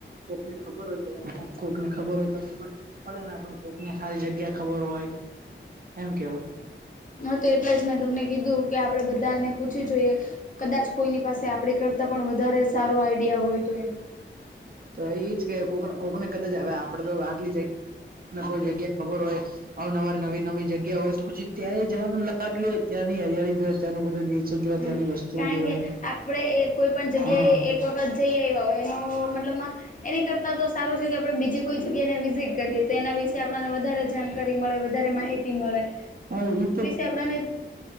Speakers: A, on the right (about 45°); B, on the left (about 40°).
A: કોક ને ખબર હોય તો કોક ને ખબર હોય તો ખબર પડે ને કોકને સારી જગ્યા ખબર હોય એમ કેવું.
B: હ તો એટલા જ મેં તમને કીધું. કે આપડે બધાને પૂછવી જોઈએ કદાચ કોઈની પાસે આપડી કરતા પણ વધારે સારો આઈડિયા હોય તો એમ <inaudible>
A: તો એજ કે કોક કોકને કદ હ આપડે તો આટલી જગ્યા કોઈ જગ્યા ખબર હોય અવનવા નવી નવી જગ્યા હોય તો પછી. ત્યાં એ જવાનું લાભ લે ત્યાંની હિયાળી જોાય ત્યાંનું બધ નીચે જોય
B: હા
A: ત્યાંની વસ્તુઓ
B: કારણ
A: જોવાય
B: કે આપણે કોઈ પણ જગ્યાએ
A: હા
B: એક વખત જઈ આવ્યા હોય એનો મતલબમાં એની કરતા તો સારું છે કે આપણે બીજી કોઈ જગ્યાને વિઝિટ કરીએ તો એના વિશે આપણને વધારે જાણકારી મળે વધારે માહિતી મળે
A: હવેટ
B: આપણાને